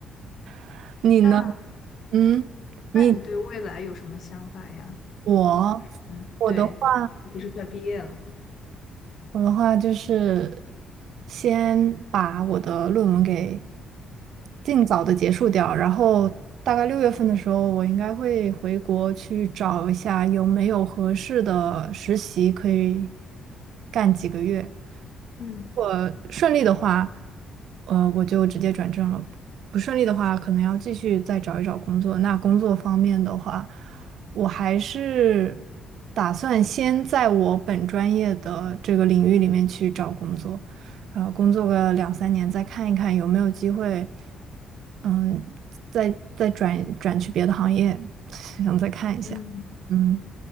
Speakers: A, on the right (about 75°); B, on the left (about 60°).
A: <laughs> 你呢？
B: 那，
A: 嗯，
B: 那你对未来有什么想法呀？
A: 你我
B: 嗯，
A: 我的话。
B: 对，你不是快毕业了吗？
A: 我的话就是先把我的论文给尽早的结束掉，然后大概六月份的时候，我应该会回国去找一下有没有合适的实习可以干几个月。
B: 嗯
A: 我顺利的话，呃，我就直接转正了；不顺利的话，可能要继续再找一找工作。那工作方面的话，我还是打算先在我本专业的这个领域里面去找工作，呃，工作个两三年，再看一看有没有机会，嗯，再再转转去别的行业，<laughs> 想再看一下。
B: 嗯，
A: 嗯，